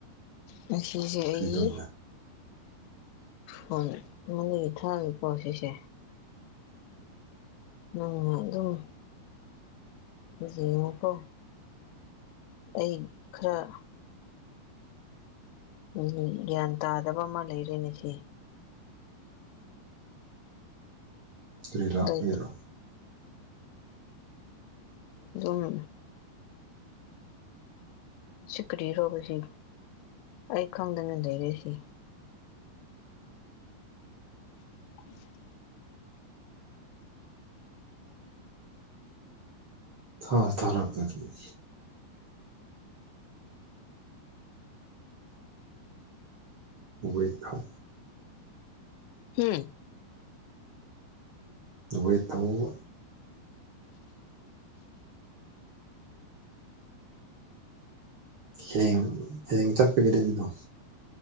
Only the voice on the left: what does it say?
ꯉꯁꯤꯁꯦ
ꯑꯩ
ꯍꯣꯏ <unintelligible> ꯊꯥꯡ ꯄꯣ ꯁꯤꯁꯦ ꯅꯪꯅ ꯑꯗꯨꯝ ꯅꯣꯏꯖꯨ ꯌꯦꯡꯉꯣꯀꯣ ꯑꯩ ꯈꯥꯔ ꯎꯝ ꯒꯌꯥꯟ ꯇꯥꯗꯕ ꯑꯃ ꯂꯩꯔꯦꯅꯦ ꯁꯤ
ꯑꯗꯨꯏꯗꯤ
ꯑꯗꯨꯝ ꯁꯤ ꯀ꯭ꯔꯤꯔꯣꯕ ꯁꯤ ꯑꯩ ꯈꯪꯗꯅ ꯂꯩꯔꯦꯁꯤ <unintelligible>
ꯍꯨꯝ